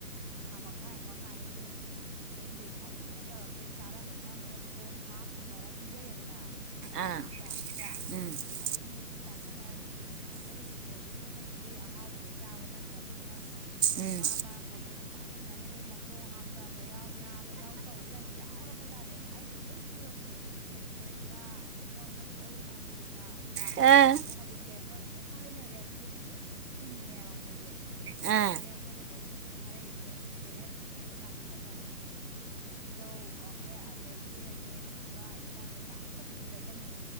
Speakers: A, on the right (about 25°); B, on the right (about 80°).
A: ꯊꯥ ꯃꯈꯥꯏ ꯑꯃꯨꯛ ꯑꯉꯥꯡꯈꯩꯗꯣ ꯃꯌꯨꯝꯗꯩ ꯊ ꯀꯩꯅꯣ ꯇꯧꯔꯝꯅꯤꯅ ꯆꯥꯔꯝꯃꯣꯏ ꯊꯛꯑꯝꯃꯣꯏꯅ ꯊꯣꯡ ꯊꯥꯛꯑ ꯄꯨꯅꯔ ꯄꯤꯖꯔꯦꯗꯅ ꯁꯟꯗꯦ ꯅꯨꯃꯤꯠꯁꯤꯗ
B: ꯑꯥ <inaudible>
A: ꯑꯗꯩ ꯃꯣꯏꯗꯤ ꯆꯥꯁꯟꯅꯔꯅꯤ ꯅꯍꯥꯟꯗꯩ ꯕꯣꯔꯗꯤꯡꯗ ꯂꯩꯕꯗꯤ ꯑꯍꯥꯎꯕꯗꯣ ꯆꯥꯕ ꯅꯠꯇ꯭ꯔꯕꯅꯤꯅ
B: ꯎꯝ
A: ꯃꯃꯥ ꯃꯄꯥꯅ ꯄꯨꯔꯛꯄꯁꯤꯡ ꯆꯥꯁꯟꯅꯔꯅꯤ ꯑꯗꯨꯒ ꯃ ꯈꯣꯡ ꯍꯥꯝꯊꯕ ꯌꯥꯎ ꯅꯥꯕ ꯌꯥꯎ ꯇꯧꯕꯁꯦ ꯌꯥꯝ ꯌꯥꯎꯔꯕꯖꯥꯠꯅꯦꯕ ꯑꯩꯁꯨ ꯑꯗꯨꯝ ꯄꯨꯔꯝꯃꯤꯅꯦꯕ ꯌꯦꯟ ꯊꯣꯡ ꯊꯣꯡꯕ ꯑꯗꯩ ꯉꯩꯗꯅ ꯆꯧ ꯍꯧ ꯕꯤꯗꯅ
B: ꯑ
A: ꯑꯗ ꯍꯧꯖꯤꯛꯁꯦ ꯃꯣꯏ ꯂꯣꯏꯅ ꯔꯦꯁꯇ꯭ꯔꯤꯛ ꯂꯣꯏ ꯊꯤꯡꯉꯦꯕ ꯃꯣꯏꯁꯦ
B: ꯑ
A: ꯃꯥ
B: ꯑ
A: ꯍꯥꯏꯔꯦ ꯑꯩꯈꯣꯏꯗ ꯃꯦꯁꯦꯁꯁꯦ ꯊꯥꯔꯛꯏ ꯄꯦꯔꯦꯟꯁ ꯃꯤꯇꯤꯡ ꯂꯥꯛꯄ ꯃꯇꯝ ꯆꯧ ꯑꯣꯝꯂꯦꯠ ꯑꯗꯒꯤ ꯌꯦꯟ ꯊꯣꯡꯕ ꯏꯟꯁꯥꯡ ꯀꯩꯀꯥ ꯑꯝꯇ ꯄꯨꯕꯤꯔꯛꯀꯅꯨ